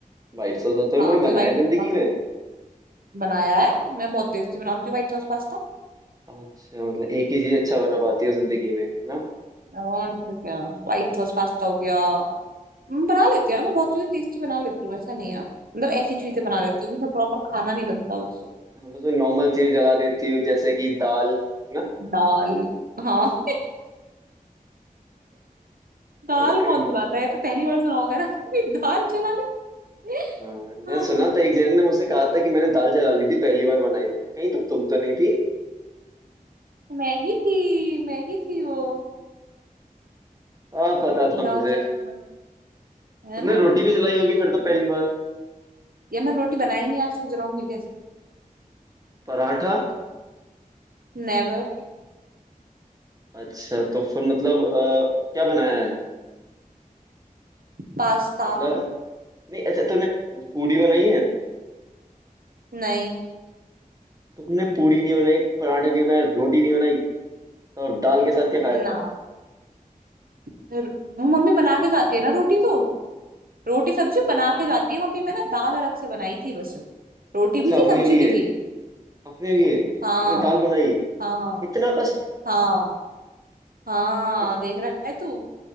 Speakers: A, on the right (about 25°); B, on the right (about 80°).
A: वाइट सॉस तो
B: हाँ
A: वही
B: मुझे
A: बनाया
B: व्हाइट
A: है जिंदगी
B: सॉस पास्ता
A: में
B: बनाया है मैं बहुत टेस्टी बनाती हूँ व्हाइट सॉस पास्ता
A: अच्छा मतलब एक ही चीज अच्छा बना पाती हो जिंदगी में है ना
B: और नहीं तो क्या व्हाइट सॉस पास्ता हो गया मैं बना लेती हूँ यार, मैं बहुत चीजें टेस्टी बना लेती हूँ ऐसा नहीं है मतलब ऐसी चीजें बना लेती हूँ मतलब प्रॉपर खाना नहीं
A: हाँ
B: बनता बस
A: हाँ, बस वही नॉर्मल चीजें जला देती हो जैसे कि दाल है ना
B: दाल हाँ दाल
A: अरे
B: कौन चलाता है ये तो पहली बार सुना होगा ना कभी दाल चला ले <laughs>
A: हाँ
B: हाँ,
A: मैं सुना था एक जन ने मुझसे कहा था कि मैंने दाल जला ली थी पहली बार बनाई थी कहीं तो तुम तो नहीं थी
B: मैं ही थी मैं ही थी वो
A: हाँ पता
B: वो
A: था
B: दाल
A: मुझे
B: जलाने वाली है
A: तुमने
B: ना
A: रोटी भी जलाई होगी फिर तो
B: ये
A: पहली बार
B: ये मैं रोटी बनाई नहीं आज तक जलाऊंगी कैसे
A: पराठा
B: नेवर
A: अच्छा तो फिर मतलब अ, क्या बनाया है
B: पास्ता
A: मतलब नहीं अच्छा तुमने पूड़ी बनाई है
B: नहीं
A: तुमने पूड़ी नहीं बनाई पराठे नहीं बनाए रोटी नहीं बनाई तो और दाल के साथ क्या खाया
B: ना
A: था
B: फिर- वो मम्मी बना के जाती है ना रोटी तो रोटी सब्जी बना के जाती है मम्मी मैं ना दाल अलग से बनाई थी बस रोटी
A: अच्छा
B: भी थी
A: अपने
B: सब्जी
A: लिए
B: भी थी
A: अपने लिए तुमने
B: हाँ
A: दाल बनाई
B: हाँ
A: इतना कष्ट
B: हाँ हाँ
A: इत,
B: देख रहा है तू